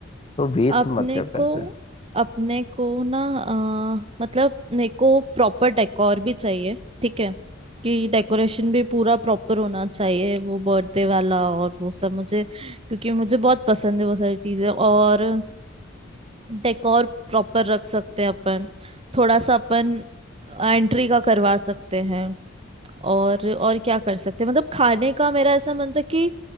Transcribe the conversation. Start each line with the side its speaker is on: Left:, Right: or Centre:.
Left: तो वेस्ट
Right: अपने
Left: मत कर पैसे
Right: को अपने को ना अ, मतलब मेरे को प्रॉपर डेकोर भी चाहिए ठीक है कि डेकोरेशन भी पूरा प्रॉपर होना चाहिए वो बर्थडे वाला और वो सब मुझे क्योंकि मुझे बहुत पसंद है वो सारी चीजें और डेकोर प्रॉपर रख सकते हैं अपन थोड़ा सा अपन एंट्री का करवा सकते हैं और और क्या कर सकते हैं मतलब खाने का मेरा ऐसा मन था कि